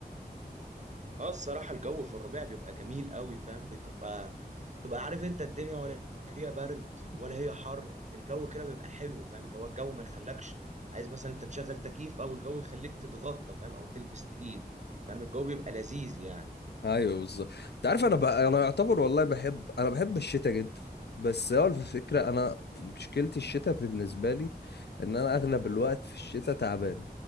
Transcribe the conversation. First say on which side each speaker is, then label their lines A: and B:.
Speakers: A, on the right; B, on the left.
A: اه الصراحة الجو في الربيع بيبقى جميل قوي فاهم بتبقى تبقى عارف انت الدنيا ولا هي برد ولا هي حر الجو كده بيبقى حلو فاهم اللي هو الجو ما يخلكش عايز مثلا انت تشغل تكييف او الجو يخليك تتغطى فاهم او تلبس تقيل فاهم الجو بيبقى لذيذ يعني
B: ايوه بالظبط انت عارف انا بقى انا يعتبر والله بحب انا بحب الشتاء جدا بس هو الفكره انا مشكلتي الشتاء بالنسبه لي ان انا اغلب الوقت في الشتاء تعبان